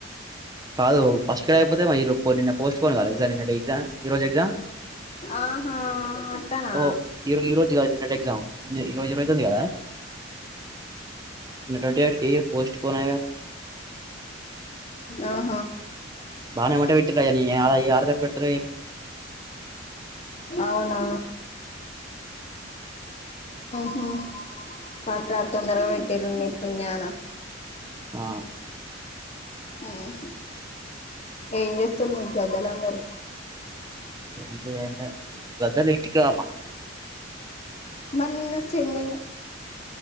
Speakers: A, on the right; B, on the left.
A: కాదు ఫస్ట్ కాయ్ అయిపోతే ఈ రో నిన్న పోస్ట్పోన్ కాలె నిన్నటి ఎగ్జామ్ ఈ రోజు ఎగ్జామ్
B: ఆహా అట్టనా
A: ఓ ఈ రో- ఈ రోజు కాదు నిన్నటి ఎగ్జామ్ ఈ రోజు ఇరవై తొమ్మిది కదా నిన్న ట్వంటీ ఎయిట్ కి పోస్ట్ పోన్ అయ్యా
B: ఆ ఆ
A: బానే వంట పెడ్ ఆలా యారోజు పెడతరో
B: అవునా హా పట్రా తొందరగా పెట్టిరు నీ పుణ్యాన
A: ఆ
B: హుమ్ ఏం చేస్తుండ్రు మీ గద్దలందరూ
A: మంచి ఎండ వదల్ ప్రత్యేక ఇంటికే మనం
B: మరి నిన్న సిమెన్